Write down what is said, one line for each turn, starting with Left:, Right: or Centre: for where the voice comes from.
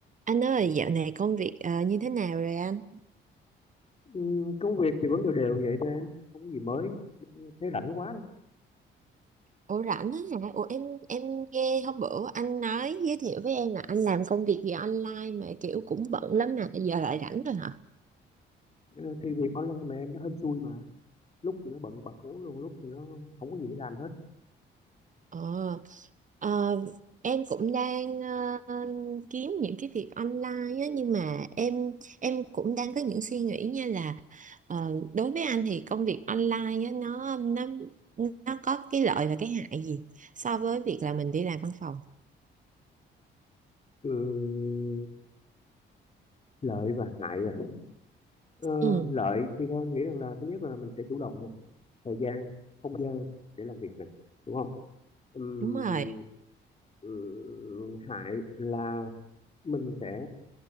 Right: Anh ơi, dạo này công việc ờ, như thế nào rồi anh?
Left: Ừm, công việc thì vẫn đều đều vậy thôi em không có gì mới Đã- thấy rảnh quá đó
Right: Ủa rảnh á hả? Ủa em em nghe hôm bữa anh nói giới thiệu với em là anh làm công việc gì online mà kiểu cũng bận lắm mà giờ lại rảnh rồi hả?
Left: Ờ, thì việc online mà em nó hên xui mà lúc thì nó bận bật cố luôn lúc thì nó không có gì để làm hết
Right: Ờ, ờ, em cũng đang ờ, kiếm những cái việc online á nhưng mà em em cũng đang có những suy nghĩ như là ờ, đối với anh thì công việc online á nó nó nó có cái lợi và cái hại gì so với việc là mình đi làm văn phòng?
Left: Ừm, lợi và hại à Ờ,
Right: Ừ,
Left: lợi thì theo anh nghĩ rằng là thứ nhất là mình sẽ chủ động nè, thời gian không gian để làm việc nè đúng không Ừm,
Right: đúng rồi.
Left: ừm, hại là mình sẽ